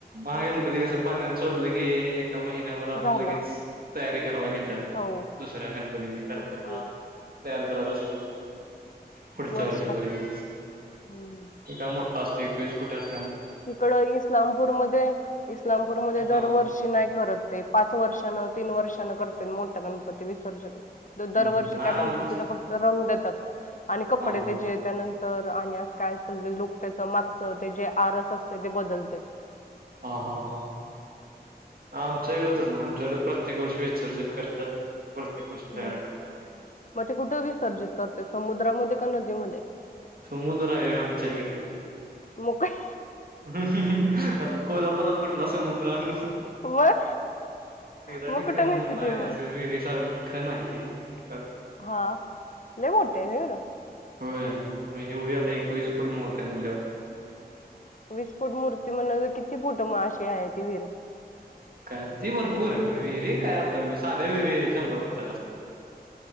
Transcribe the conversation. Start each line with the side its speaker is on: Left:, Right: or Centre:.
Right: महागणपती कसं पाण्यात सोडलं की एका महिन्या भरात
Left: झालं
Right: लगेच तयारी करावं लागेल.
Left: हो
Right: दुसऱ्या गणपती कारण
Left: तेच
Right: त्यांना
Left: की
Right: तयार करत असतो. पुढच्या
Left: वर्ष
Right: वर्षीपर्यंत
Left: लागते हम्म
Right: काय मोठा असतोय. एकवीस फुटी असतोय.
Left: तिकड इस्लामपूरमध्ये इलामपूरमध्ये
Right: हा
Left: दरवर्षी नाही करत ते पाच वर्ष तीन वर्षानं करते मोठा गणपती विसर्जन. दरवर्षी
Right: नाही
Left: त्या
Right: आमचं
Left: गणपतीला फक्त रंग देतात आणि कपडे
Right: हा हा
Left: त्याचे त्यानंतर आणि अस काय लुक त्याच मागच ते जे आरस असते ते बदलत.
Right: हा हा हा. आमच्याकड तसं नाही आमच्याकडे प्रत्येक वर्षी विसर्जित करतात. प्रत्येक वर्षी
Left: हम्म.
Right: तयार करतात
Left: मग ते कुठं विसर्जित करत्यात. समुद्रामध्ये का नदीमध्ये?
Right: समुद्र हाय होय आमच्याहिकडं.
Left: मग काय
Right: ह आता कोल्हापुरात कुठला समुद्र अनु.
Left: मग
Right: हिराणी
Left: मग कुठं
Right: खण म्हनुन
Left: नेते
Right: हाय
Left: ते मग
Right: असं विहिर सारख खण आहे ती --
Left: हा लै मोठी हाय व्हिर?
Right: होय. म्हण एवढी आता एकवीस फूट मावत्या म्हंटल्यावर.
Left: वीस फूट मूर्ती म्हणव किती फूट अशी आहे ती विहीर?
Right: काय ती भरपूर विहिरी काय. आता साध्या विहिरी शंभर फुटा असत्यात.